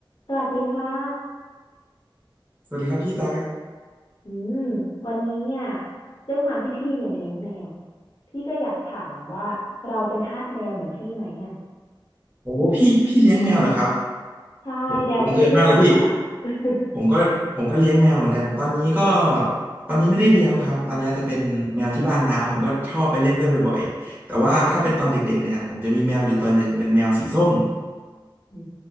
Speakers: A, on the left; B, on the right.
A: สวัสดีค่ะ
B: สวัสดีครับพี่ตั๊ก
A: อืมวันนี้เนี่ยด้วยความที่พี่เนี่ยเลี้ยงแมวพี่ก็อยากถามว่าเราเป็นทาสแมวเหมือนพี่ไหมอ่ะ
B: โอ้พี่พี่เลี้ยงแมวเหรอครับ
A: ใช่แมวพี่ชื่อทามะ
B: โหบังเอิญมากเลยพี่
A: <laughs>
B: ผมก็ผมก็เลี้ยงแมวเหมือนกัน ตอนนี้ก็ตอนนี้ไม่ได้เลี้ยงแล้วครับตอนนี้จะเป็นแมวที่บ้านนาผมก็ชอบไปเล่นด้วยบ่อยๆแต่ว่าถ้าเป็นตอนเด็กๆเนี่ยผมจะมีแมวอยู่ตัวหนึ่งเป็นแมวสีส้ม
A: อื